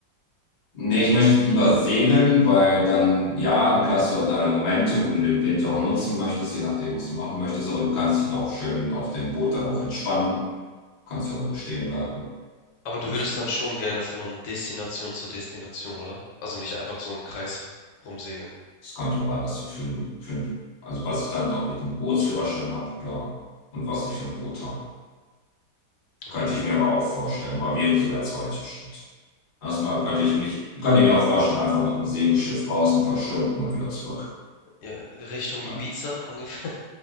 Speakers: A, on the left; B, on the left.
A: nee, ich möchte lieber segeln, weil dann, ja, klar hast du halt deine Momente, wo du den Wind ja auch nutzen möchtest, je nachdem, was du machen möchtest, aber du kannst dich da auch schön auf dem Boot dann auch entspannen, kannst ja irgendwo stehen bleiben,
B: Aber
A: kannst
B: du würdest
A: dann
B: dann schon gerne von Destination zu Destination, oder? Also nicht einfach so im Kreis r- rumsegeln.
A: Es kommt drauf an, was du für, ein- für, ein- also was ich dann, ob ich einen Bootsführerschein habe oder und was ich für ein Boot habe. Könnte
B: Okay.
A: ich mir aber auch vorstellen, aber wäre so der zweite Schritt. Erstmal könnte ich mich, könnte ich mir auch vorstellen, einfach mit einem Segelschiff raus, ein paar Stunden und wieder zurück.
B: Ja, Richtung Ibiza
A: An.
B: ungefähr.